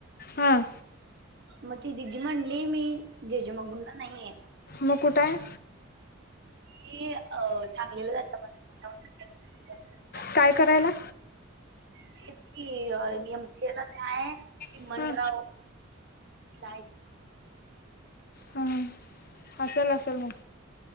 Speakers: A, on the left; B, on the right.
A: हां
B: मग ती दिदी म्हणली मी जे जे मगदुम ला नाहीये.
A: म कुठाय?
B: ते अ सांगलीला जात म्हण कुठं.
A: काय करायला?
B: तेच की एम सी ए लाच हाय चिमनराव
A: हां
B: नाय ती.
A: हां हां असेल असेल मग.